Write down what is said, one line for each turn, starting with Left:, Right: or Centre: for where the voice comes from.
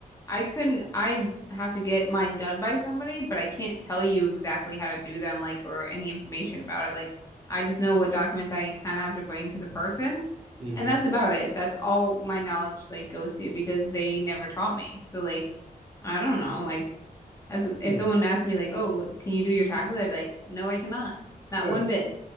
Left: I couldn't, I have to get mine done by somebody, but I can't tell you exactly how to do them, like, or any information about it. Like, I just know what documents I kind of have to bring to the person,
Right: mm-hmm.
Left: and that's about it. That's all my knowledge, like, goes to because they never taught me. So, like, I don't know. Like, as
Right: yeah
Left: if someone asked me, like, oh, can you do your taxes? I'd be like, no, I cannot. Not
Right: yeah
Left: one bit.